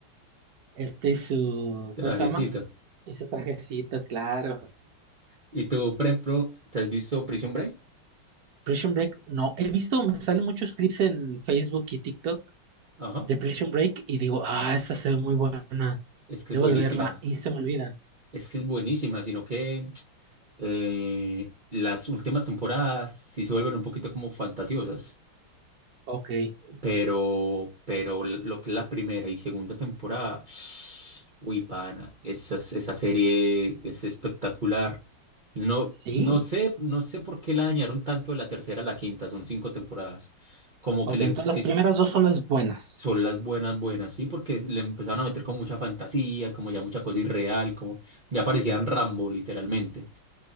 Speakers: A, on the right; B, on the right.
A: Este y su.
B: Trajecito.
A: ¿Cómo se llama? Y su trajecito, claro.
B: Y tú, por ejemplo, ¿te has visto Prison Break?
A: Prison Break, no. He visto, me salen muchos clips en Facebook y TikTok
B: Ajá.
A: de Prison Break y digo, ah, esta se ve muy buena,
B: Es que
A: debo
B: es buenísima.
A: de verla y se me olvida.
B: Es que es buenísima, sino que eh, las últimas temporadas sí se vuelven un poquito como fantasiosas.
A: Ok,
B: Pero, pero lo que es la primera y segunda temporada, <sighs> uy, pana, esa, esa serie es espectacular. No,
A: sí.
B: no sé, no sé por qué la dañaron tanto de la tercera a la quinta, son cinco temporadas. Como
A: Ok,
B: que le,
A: entonces las
B: que
A: primeras dos son las buenas.
B: son las buenas, buenas, ¿sí? Porque le empezaron a meter con mucha fantasía, como ya mucha cosa irreal, como ya parecían Rambo, literalmente.